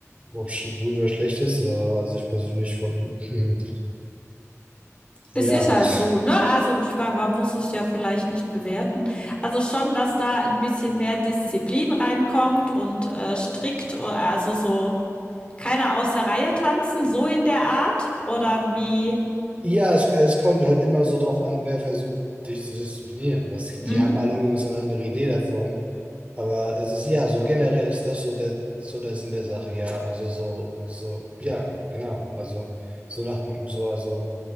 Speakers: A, on the right (about 25°); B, on the left (about 20°).
A: ob es gut oder schlecht ist, äh, also ich persönlich, von, <laughs>
B: es
A: ja,
B: ist halt
A: also,
B: so, ne? Also ich meine, man muss es ja vielleicht nicht bewerten. Also schon, dass da ein bisschen mehr Disziplin reinkommt und äh, strikt, o- also so keiner aus der Reihe tanzen, so in der Art oder wie?
A: ja, es, es kommt halt immer so drauf an, wer versucht, dich zu disziplinieren. Was,
B: Mhm.
A: die haben alle irgendwie so eine andere Idee davon. Aber es ist, ja, so generell ist das so der, so der Sinn der Sache, ja. Also so, so, ja, genau. Also so nach dem, so, also